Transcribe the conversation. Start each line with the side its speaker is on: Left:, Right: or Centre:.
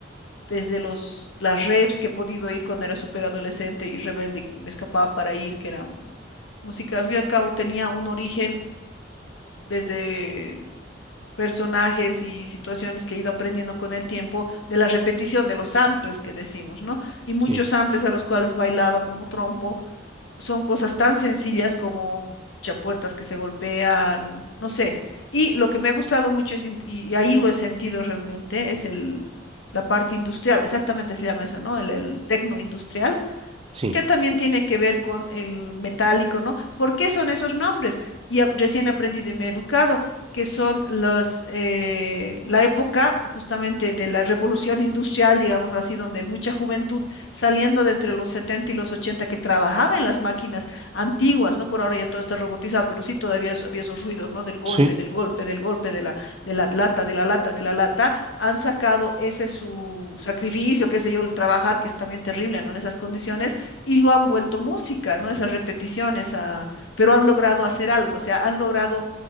Left: desde los, las raves que he podido ir cuando era súper adolescente y rebelde, me escapaba para ir, que era música, al fin y al cabo tenía un origen desde personajes y situaciones que he ido aprendiendo con el tiempo de la repetición de los samples que decimos, ¿no? Y muchos
Right: Sí,
Left: samples a los cuales bailaba como trompo son cosas tan sencillas como chapuertas que se golpean, no sé. Y lo que me ha gustado mucho es in- y, y ahí lo he sentido realmente es el la parte industrial, exactamente se llama eso, ¿no? El, el tecno industrial
Right: sí,
Left: que también tiene que ver con el metálico, ¿no? ¿Por qué son esos nombres? Y a- recién aprendí de mi educado que son los, eh, la época justamente de la revolución industrial, digámoslo así, donde mucha juventud saliendo de entre los 70 y los 80 que trabajaba en las máquinas antiguas, ¿no? Por ahora ya todo está robotizado, pero sí todavía es- había esos ruidos, ¿no? Del golpe,
Right: sí.
Left: del golpe, del golpe, de la, de la lata, de la lata, de la lata, han sacado ese su sacrificio, qué sé yo, el trabajar, que es también terrible, ¿no? En esas condiciones y lo han vuelto música, ¿no? Esas repeticiones, ah, pero han logrado hacer algo, o sea, han logrado